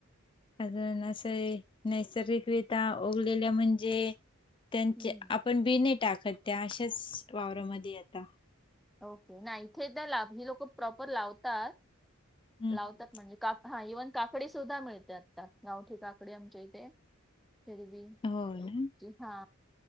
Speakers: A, on the left (about 25°); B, in the centre.
A: अजून असं नैसर्गिकरित्या ओवलेल्या म्हणजे त्यांचे
B: हम्म.
A: आपण बि नाही टाकत त्या असचं वावरामध्ये येता.
B: ओके नाही इथे तर ला ही लोकं प्रॉपर लावतात
A: हं,
B: लावतात.
A: हं.
B: म्हणजे का हा इव्हन काकडी सुद्धा मिळते आता गावठी काकडी आमच्या इथे. एरवी
A: हो ना.
B: हा.